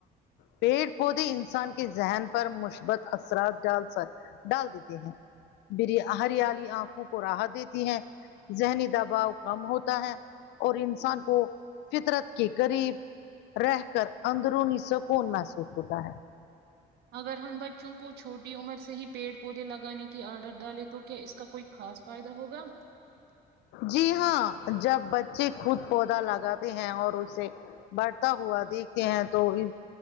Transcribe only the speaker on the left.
پیڑ پودے انسان کے ذہن پر مثبت اثرات ڈال س ڈال دیتے ہیں بری ہریالی آنکھوں کو راحت دیتی ہیں ذہنی دباؤ کم ہوتا ہے اور انسان کو فطرت کے قریب رہ کر اندرونی سکون محسوس ہوتا ہے
جی ہاں جب بچے خود پودا لگاتے ہیں اور اسے بڑھتا ہوا دیکھتے ہیں تو بھی